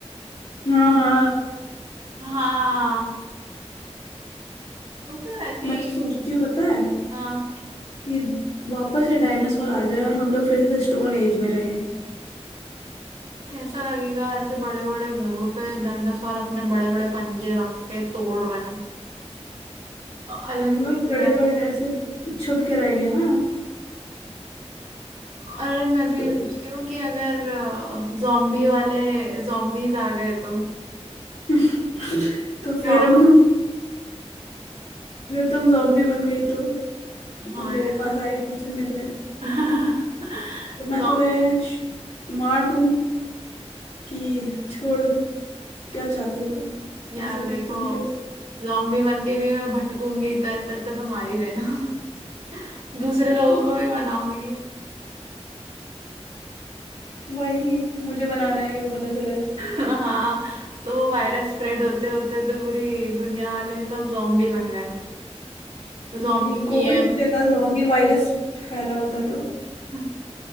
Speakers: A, on the left (about 80°); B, on the right (about 80°).
A: हाँ हाँ
B: हाँ वो तो ऐसे
A: मैं
B: ही
A: तो सोचती हूँ पता है
B: हाँ
A: कि वापस से डायनासोर आ जाए और हम लोग फिर से स्टोन एज में रहें
B: कैसा लगेगा ऐसे बड़े बड़े घरों पे डायनासोर अपने बड़े बड़े पंजे रख के तोड़ रहे हैं अ- अलग
A: हम लोग
B: ही मजा
A: बड़े
B: आएगा
A: बड़े ऐसे छुप के रहेंगे ना
B: अरे मैं तो ये
A: तो,
B: सोचती हूँ कि अगर जॉम्बी वाले जॉम्बीज आ गए तो
A: <laughs> तो फिर
B: क्या होगा
A: अगर तुम जॉम्बी बन गई तो
B: हाँ
A: वो मेरे
B: यार
A: पास आए मुझसे मिलने
B: <laughs>
A: तो मैं
B: Zo-
A: तुम्हें श- मार दूं कि छोड़ दूं क्या चाहती हो तुम
B: यार
A: ऐसे में
B: देखो
A: कि तुम क्या
B: जॉम्बी बन के भी मैं भटकूंगी तो ऐसे अच्छा तो मार ही देना <laughs> दूसरे
A: <laughs>
B: लोगों को भी बनाऊंगी
A: वही मुझे बनाने आई हो पता चले
B: हाँ तो वो वायरस स्प्रेड होते होते तो पूरी दुनिया वाले सब zombie बन गए तो
A: वही
B: zombie पीएम
A: कोविड की जगह जॉम्बी वायरस फैला होता तो
B: <laughs>